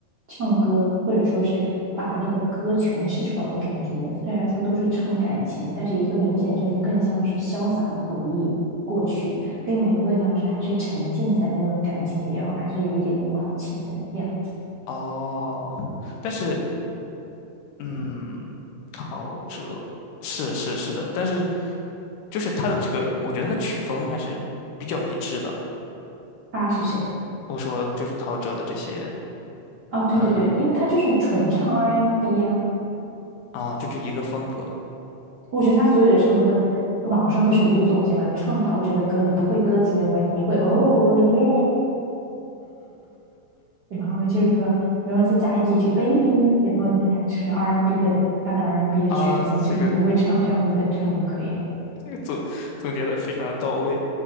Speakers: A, on the right; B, on the left.
A: 唱歌，或者说是把那个歌诠释出来的感觉。虽然说都是唱感情，但是一个明显就是更像是潇洒的回忆过去，另外一个更像是还是沉浸在那段感情里，然后还是有一点点苦情的样子。
B: 哦，但是嗯，陶喆是是是的，但是。就是他的这个，我觉得他曲风还是比较一致的。
A: 他是谁？
B: 我说就是陶喆的这些，
A: 哦，对对对，
B: 嗯
A: 因为他就是纯唱 R&B n 啊，
B: 啊，就这一个风格
A: 我觉得他所有的唱的歌，网上不是有一句总结嘛，唱陶喆的歌，你不会歌词没有关系，你会哦耶，然后就是说，然后再加一几句 baby，然后再加就是 R&B n 的他的 R&B n 的曲风，
B: 啊，这个
A: 就是你不会唱这样子跟唱就可以了。
B: 这个总总结的非常的到位。